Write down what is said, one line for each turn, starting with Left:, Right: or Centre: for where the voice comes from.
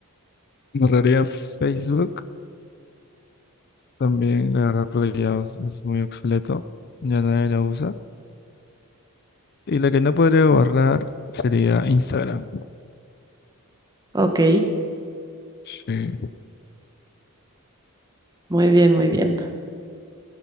Left: borraría Facebook también, la verdad, porque ya es es muy obsoleto. Ya nadie la usa. Y la que no podría borrar sería Instagram.
Right: Ok,
Left: Sí.
Right: muy bien, muy bien.